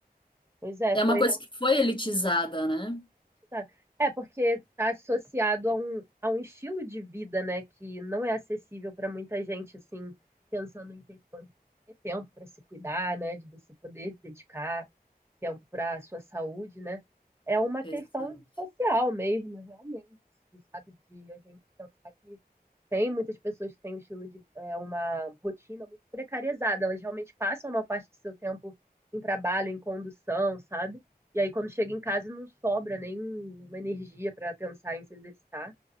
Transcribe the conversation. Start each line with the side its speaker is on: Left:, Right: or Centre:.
Right: Pois é,
Left: é
Right: foi
Left: uma coisa
Right: realmente.
Left: que foi elitizada, né?
Right: tá. É, porque está associado a um, a um estilo de vida, né, que não é acessível para muita gente, assim, pensando em questão de ter tempo para se cuidar, né, de você poder dedicar. tempo para a sua saúde, né? É uma
Left: Exato.
Right: questão social mesmo, realmente, sabe? De a gente pensar que tem muitas pessoas que têm um estilo de é, uma rotina muito precarizada, elas realmente passam uma parte do seu tempo em trabalho, em condução, sabe? E aí quando chega em casa não sobra nenhuma energia para pensar em se exercitar.